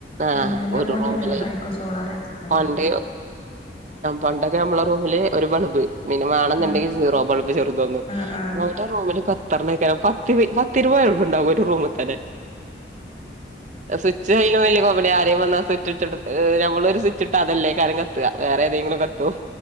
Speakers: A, on the right; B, on the left.
A: ആഹ്
B: പിന്നെ എല്ലാം
A: ഒരു
B: കൊണ്ടും
A: റൂമില്
B: ലാഭായിക്കും സോളാർ വെച്ച്ക്കാണെങ്കില്
A: പണ്ട് പണ്ടൊക്കെ നമ്മളെ റൂമില് ഒരു ബൾബ് പിന്നെ മാണന്ന്ണ്ടെങ്കില്
B: ആ
A: സീറോ ബൾബ് ചെറുത്‌ ഒന്നും
B: ആ ആ
A: അവന്റെ റൂമില് ക അത്തറിനക്കെ പത്ത് പത്ത് രൂപ ഉള്ളു ഉണ്ടാവും ഒരു റൂമ്ക്ക് തന്നെ സുച്ച് അയിന് വലിയ അവിടെ ആരെയും വന്നാ സിറ്റ് ഇട്ട് നമ്മളൊരു സുച്ചിട്ടാ അതല്ലേക്കാരം കത്തുക വേറെ ഏതെങ്കിലും കത്തും